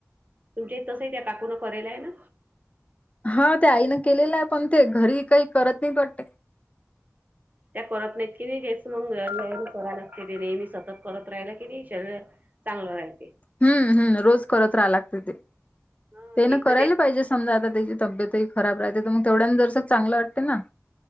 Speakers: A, on the right; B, on the left.
A: तुमच्या तसं त्या काकूनं करेल आहे ना.
B: हा ते आईनं केलेलं आहे पण ते घरी काही करत नाहीत वाटत.
A: त्या करत नाहीत की नाही तेच मग नेहमी करा लागते. ते नेहमी सतत करत राहिलं की नाही शरीर चांगलं राहते.
B: हम्म हम्म, रोज करत राह लागते ते.
A: ह
B: ते ना
A: एक
B: करायला
A: तर
B: पाहिजे. समजा आता त्याची तब्येतही खराब राहते तर मग तेवढ्यांना जरस चांगलं वाटते ना.